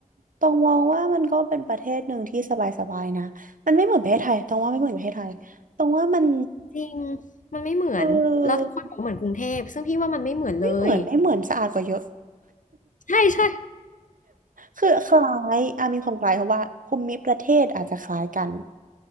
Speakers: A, on the right; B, on the left.
A: ตองมองว่ามันก็เป็นประเทศหนึ่งที่สบายๆนะมันไม่เหมือนประเทศไทยตองว่าไม่เหมือนประเทศไทยตองว่ามัน
B: จริงมันไม่เหมือนแล้วทุกคนบอกเหมือนกรุงเทพซึ่งพี่ว่ามันไม่เหมือนเลย
A: เออไม่เหมือนไม่เหมือนสะอาดกว่าเยอะ
B: ใช่ใช่
A: คือคล้ายอ่ะมีความคล้ายเพราะว่าภูมิประเทศอาจจะคล้ายกัน